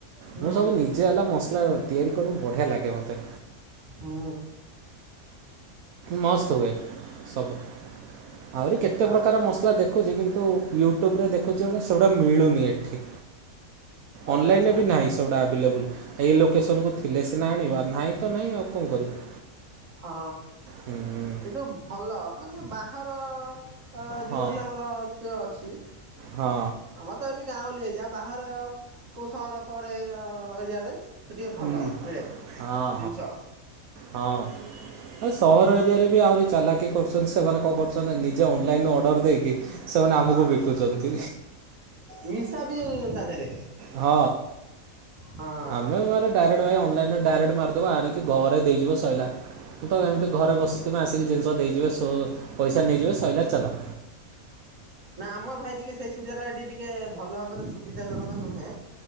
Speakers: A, on the right (about 60°); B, on the right (about 75°).
A: ହୁଁ
B: ମୁଁ ସବୁ ନିଜେ ହେଲା ମସଲା ତିଆରି କରୁ ବଢିଆ ଲାଗେ ମତେ।
A: ହୁଁ।
B: ମସ୍ତ ହୁଏ ସବୁ ଆହୁରି କେତେ
A: ଆ
B: ପ୍ରକାର ମସଲା ଦେଖ ଯେ କିନ୍ତୁ ୟୁଟ୍ୟୁବରେ ଦେଖୁଛି ଯୋଉଟା ସେଗୁଡ଼ା ମିଳୁନି ଏଠି।
A: ଓ
B: ଅନଲାଇନ
A: ଆଚ୍ଛା
B: ରେ ବି ନାହିଁ ସେଗୁଡା ଆଭେଲେବଲ ଏଇ ଲୋକେସନକୁୁ ଥିଲେ ସିନା ଆଣିବ ନାହିଁ ତ ନାହିଁ ଆଉ କଣ କରିବୁ।
A: ହଁ
B: ହୁଁ
A: କିନ୍ତୁ ଭଲ ମାନେ ବାହାର ଅ ଯୋଉଠି
B: ହଁ
A: ଆମର କେ ଅଛି ଆମର
B: ହଁ
A: ତ ଏଠି ଗାଁଉଲି ଏରିଆ ବାହହାର କୋଉ ସହର ଫର ଏରିଆ ରେ ସେ ଟିକିେ ଭଲ
B: ହୁଁ।
A: ମିଳେ
B: ହଁ
A: ଜିନିଷ।
B: ହଁ। ହଁ ସହର ଏରିଆରେ ବି ଆହୁରି ଚାଲାକି କରୁଛନ୍ତି ସେମାନେ କଣ କରୁଛନ୍ତି ନା ନିଜେ ଅନଲାଇନ ରୁ ଅର୍ଡର ଦେଇକି ସେମାନେ ଆମକୁ
A: ହଁ
B: ବିକୁଛନ୍ତି
A: ମିଶା ବି ତା ଦେହରେ।
B: ହଁ
A: ହଁ।
B: ଆମେ ଡାଇରେକ୍ଟ ଭାଇାଇ ଅନଲାଇନ ଡାଇରେକ୍ଟ ମାରଦବୁ ଆଣିକି ଘରେ ଦେଇଯିବ ସଇଲା ମୁଁ ତ ଏମିତି ଘରେ ବସିଥିବି ଆସିକି ଜିନିଷ ଦେଇଯିବେ ପଇସା ନେଇଯିବେ ସଇଲା ଚାଲ।
A: ନା ଆମର ଭାଇ ଟିକେ ସେଇ ସୁବିଧା ଟା ଏଠି ଟିକେ ଭଲ ଭାବରେ ସୁବିଧା ଜନକ ନୁହେଁ